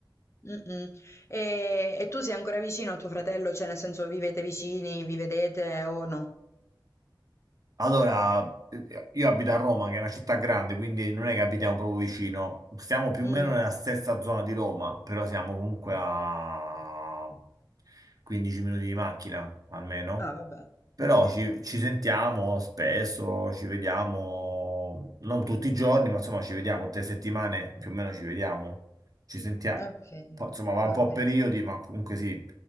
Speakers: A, on the left; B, on the right.
A: Mm-mm. E, e tu sei ancora vicino a tuo fratello? Cioè, nel senso, vivete vicini, vi vedete o no?
B: Allora, eh, io abito a Roma, che è una città grande, quindi non è che abitiamo proprio vicino, stiamo più
A: Mm.
B: o meno nella stessa zona di Roma, però siamo comunque a 15 minuti di macchina, almeno.
A: Ah, vabbè.
B: Però
A: Ok.
B: ci, ci sentiamo spesso, ci vediamo, non tutti i giorni, ma insomma ci vediamo tutte le settimane, più o meno ci vediamo, ci sentiamo.
A: Ok.
B: Po- Insomma, va
A: Vabbè.
B: un po' a periodi, ma comunque sì.